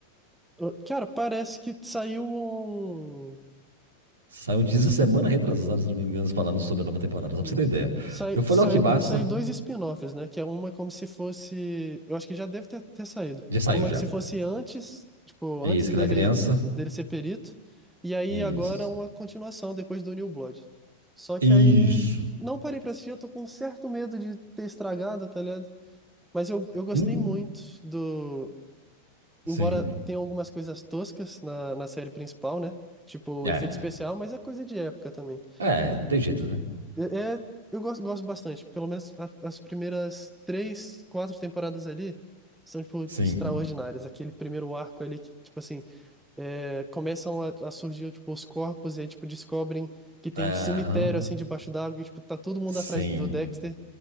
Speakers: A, in the centre; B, on the right.
A: uh, cara, parece que saiu um.
B: Saiu um teaser semana retrasada, se não me engano, falando sobre a nova temporada, só
A: um-
B: pra você ter ideia.
A: Sai,
B: Eu falei,
A: sai-
B: ó, que massa.
A: vão sair dois spin-offs, né? Que é uma como se fosse. Eu acho que já deve ter, ter saído.
B: Já saiu
A: Uma
B: já.
A: que se fosse antes, tipo,
B: Isso,
A: antes dele,
B: que da criança.
A: dele ser perito. E aí
B: Isso.
A: agora uma continuação depois do New Blood. Só
B: Isso.
A: que aí. Não parei pra assistir, eu tô com um certo medo de ter estragado, tá ligado? Mas eu, eu gostei
B: Hum.
A: muito do. Embora
B: Sim.
A: tenha algumas coisas toscas na, na série principal, né? Tipo,
B: É,
A: efeito especial, mas é coisa de época também.
B: é, não tem jeito, né?
A: É, é- eu gosto, gosto bastante. Pelo menos a- as primeiras três, quatro temporadas ali são, tipo,
B: Sim.
A: extraordinárias. Aquele primeiro arco ali que, tipo assim é, começam a, a surgir, tipo, os corpos e aí, tipo, descobrem que tem
B: É,
A: um cemitério,
B: aham.
A: assim, debaixo d'água e, tipo, tá todo mundo
B: Sim.
A: atrás do Dexter.